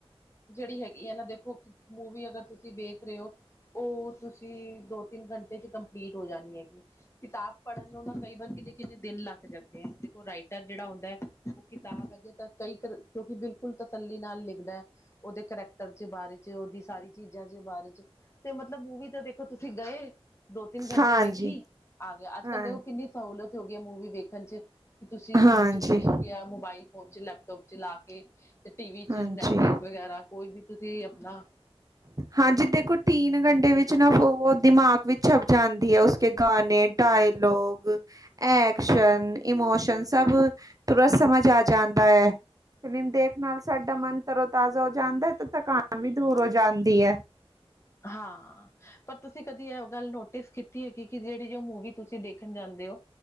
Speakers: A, on the left (about 25°); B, on the right (about 35°).
A: ਜਿਹੜੀ ਹੈਗੀ ਆ ਨਾ ਦੇਖੋ ਮੂਵੀ ਅਗਰ ਤੁਸੀਂ ਦੇਖ ਰਹੇ ਹੋ ਉਹ ਤੁਸੀਂ ਦੋ ਤਿੰਨ ਘੰਟੇ 'ਚ ਕੰਪ ਪੀਟ ਹੋ ਜਾਣਗੇ ਕਿਤਾਬ ਪੜ੍ਹਨ ਨੂੰ ਨਾ ਕਈ ਵਾਰ ਕਿਤੇ,, ਕਿੰਨੇ ਦਿਨ ਲੱਗ ਜਾਂਦੇ ਹੈ ਦੇਖੋ ਰਾਈਟਰ ਜਿਹੜਾ ਹੁੰਦਾ ਹੈ ਉਹ ਕਿਤਾਬ ਅੱਗੇ ਤਾਂ ਕਈ ਕਰਰ ਕਿਉਂਕਿ ਬਿਲਕੁਲ ਤਸੱਲੀ ਨਾਲ ਲਿਖਦਾ ਉਹਦੇ ਕਰੈਕਟਰ ਦੇ ਬਾਰੇ ਚ ਉਹਦੀ ਸਾਰੀ ਚੀਜ਼ਾਂ ਦੇ ਬਾਰੇ ਚ ਤੇ ਮਤਲਬ ਮੂਵੀ ਤੇ ਦੇਖੋ ਤੁਸੀਂ ਗਏ ਦੋ ਤਿੰਨ ਘੰਟੇ
B: ਹਾਂਜੀ
A: ਵੇਖੀ ਆ ਗਿਆ ਅੱਜ
B: ਹਾਂ
A: ਕੱਲ੍ਹ ਕਿੰਨੀ ਸਹੂਲਅਤ ਹੋ ਗਈ ਹੈ ਮੂਵੀ ਵੇਖਣ ਚ ਕਿ ਤੁਸੀਂ
B: ਹਾਂਜੀ
A: ਜਿਵੇਂ ਤੁਸੀਂ
B: ਹਾਂਜੀ
A: ਕਿਹਾ ਮੋਬਾਇਲ ਫੋਨ ਚ ਲੈਪਟੋਪ ਚਲਾ ਕੇ ਤੇ ਟੀ ਵੀ 'ਚ
B: ਹਾਂਜੀ
A: ਨੈਟਫਲਿਕਸ ਵਗੈਰਾ ਕੋਈ ਵੀ ਤੁਸੀਂ ਆਪਣਾ
B: ਹਾਂਜੀ ਦੇਖੋ ਤੀਨ ਘੰਟੇ ਵਿੱਚ ਨਾ ਉਹ ਦਿਮਾਗ ਵਿੱਚ ਛਪ ਜਾਂਦੀ ਹੈ ਉਸ ਕੇ ਗਾਣੇ ਡਾਇਲੋਗ ਐਕਸ਼ਨ ਇਮੋਸ਼ਨ ਸਭ ਪੂਰਾ ਸਮਝ ਆ ਜਾਂਦਾ ਹੈ ਫਿਲਮ ਦੇਖ ਨਾਲ ਸਾਡਾ ਮਨ ਤਰੋ ਤਾਜ਼ਾ ਹੋ ਜਾਂਦਾ ਐ, ਤੇ ਥਕਾਨ ਵੀ ਦੂਰ ਹੋ ਜਾਂਦੀ ਐ।
A: ਹਾਂ। ਪਰ ਤੁਸੀਂ ਕਦੀ ਇਹ ਗੱਲ ਨੋਟਿਸ ਕੀਤੀ ਹੈਗੀ, ਕਿ ਜੇੜੀ ਜੋ ਮੂਵੀ ਤੁਸੀਂ ਦੇਖਣ ਜਾਂਦੇ ਓ